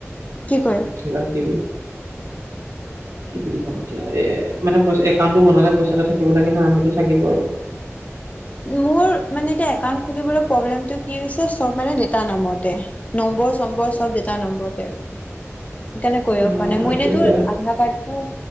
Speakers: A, on the left (about 30°); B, on the right (about 75°).
A: কি কৰিম।
B: কি দাল কৰিবি।
A: <unintelligible>
B: কি বুলি ক'ম এতিয়া, এ' মানে পইচা একাউণ্টটো বনালে পইচা এটা থাকিব লাগে না সেইটো থাকিব আৰু।
A: উম, মোৰ মানে, এতিয়া একাউন্ট খুলিবলৈ প্ৰব্লেমটো কি হৈছে, ছ'ব মানে দেউতাৰ নামতে। নম্বৰ চম্বৰ চ'ব দেতা নম্বৰতে। সেইকাৰনে কৰিব
B: অ'
A: পৰা নাই, মই
B: এইটোৱে
A: এনেই তোৰ
B: বেয়া
A: আধাৰ কাৰ্ডটো